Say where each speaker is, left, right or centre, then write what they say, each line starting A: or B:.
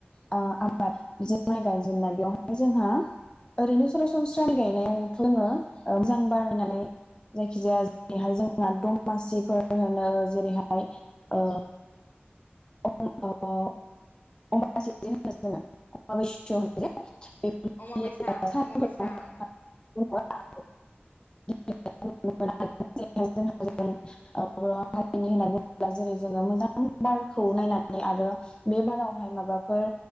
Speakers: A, on the left (about 25°); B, on the left (about 45°).
A: ओ आबाद माइ गायेनाय बेयावहाय जोंहा ओरैनो सरासनस्रा गायनायाव जोङो मोजां बारनानै जायखि जाया जैहाय जोंहा दमासिफोर होनो जेरैहाय ओ <unintelligible> बेफोरबायदि
B: अमाबैसा
A: सानफोराव
B: अमाबैसा उम
A: <unintelligible> खौ नायनानै आरो बे बारावहाय माबाफोर